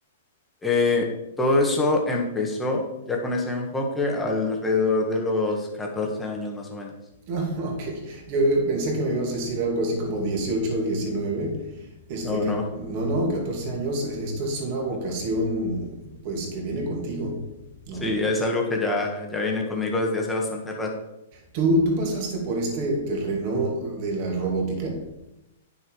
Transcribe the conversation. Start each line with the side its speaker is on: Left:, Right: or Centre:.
Centre: Eh, todo eso empezó ya con ese enfoque alrededor de los 14 años más o menos.
Right: Ah, <laughs> ok. Yo pensé que me ibas a decir algo así como 18, diecinueve, Este,
Centre: No,
Right: ca-
Centre: no,
Right: no, no, 14 años. e, Esto es una vocación,
Centre: Catorce.
Right: pues, que viene contigo, ¿no?
Centre: Sí, es algo que ya, ya viene conmigo desde hace bastante rato.
Right: ¿Tú, tú pasaste por este terreno de la robótica?